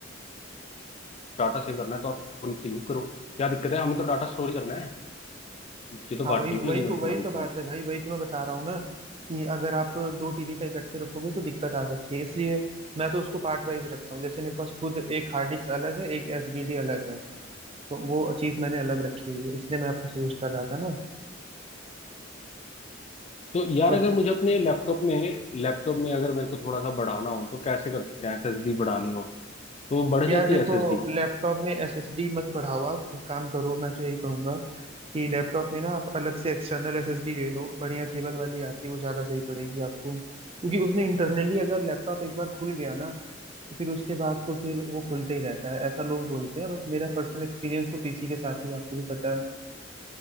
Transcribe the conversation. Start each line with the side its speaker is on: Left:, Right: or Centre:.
Left: डाटा सेव करना है तो आप से यूज करो क्या दिक्कत है हमें तो डाटा स्टोर ही करना है ये तो बात
Right: हाँ वही
Left: ठीक
Right: तो
Left: लगी
Right: वही
Left: मेरे
Right: तो
Left: को
Right: वही
Left: भाई
Right: तो बात
Left: बहुत
Right: है भाई वही तो मैं बता रहा हूँ ना कि अगर आप दो टीवी का इकट्ठे रखोगे तो दिक्कत आ सकती है इसलिए मैं तो उसको पार्ट वाइज रखता हूँ जैसे मेरे पास खुद एक हार्ड डिस्क अलग है एक एसडीडी अलग है तो वो चीज़ मैंने अलग रखी हुई है इसलिए मैं आपको सजेस्ट कर रहा था ना
Left: तो यार
Right: बट
Left: अगर मुझे अपने लैपटॉप में लैपटॉप में अगर मेरे को थोड़ा सा बढ़ाना हो तो कैसे कर सकते हैं एसएसडी बढ़ानी हो तो वो बढ़
Right: यार
Left: जाती
Right: देखो
Left: है एसएसडी
Right: लैपटॉप में एसएसडी मत बढ़ाओ आप एक काम करो मैं तो यही कहूंगा कि लैपटॉप में ना आप अलग से एक्सटर्नल एसएसडी ले लो बढ़िया केबल वाली आती है वो ज़्यादा सही पड़ेगी आपको क्योंकि उसमें इंटरनली अगर लैपटॉप एक बार खुल गया ना तो फिर उसके बाद तो फिर वो खुलते ही रहता है ऐसा लोग बोलते हैं बट मेरा पर्सनल एक्सपीरियंस तो पीसी के साथ ही है, आपको भी पता है